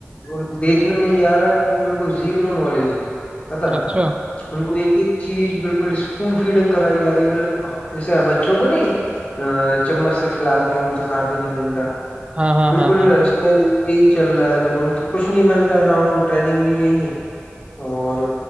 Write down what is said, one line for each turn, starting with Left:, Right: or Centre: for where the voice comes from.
Left: और देखने में ये आ रहा है कि उनको बिल्कुल जीरो नॉलेज है पता
Right: अच्छा
Left: उनको एक एक चीज बिल्कुल स्पून फीडिंग कराई जा रही है मतलब जैसे बच्चों को नहीं अ, चम्मच से खिलाते हैं उनसे खाते नहीं बनता
Right: हाँ हाँ
Left: बिल्कुल
Right: हाँ हाँ
Left: सेम यही चल रहा है बिल्कुल उनसे कुछ नहीं बनता है ना उनको ट्रेनिंग दी गई है और